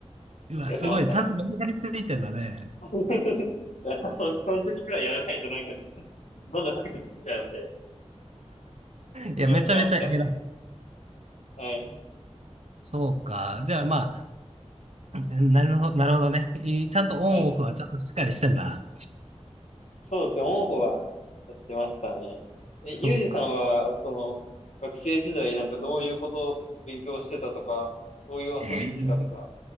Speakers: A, on the right (about 65°); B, on the left (about 75°).
A: い。うわ、
B: やってましたね。
A: すごい。ちゃんとメリハリついてんだね。
B: <laughs> そ、その時くらいやらないとなんか時間、どんどんなくなっちゃうんで、
A: いや、
B: そうやってましたね。
A: めちゃめちゃ偉い。
B: はい。
A: そうか。じゃあまあ、<laughs> なるほど、なるほどね。いちゃんとオンオフはちゃんとしっかりしてんだ。
B: はい。そうですね、オンホはやってましたね。え、ユージさんは、
A: そうか。
B: その、学生時代なんかどういうこと勉強してたとか、どういう遊びしてたとか、
A: えー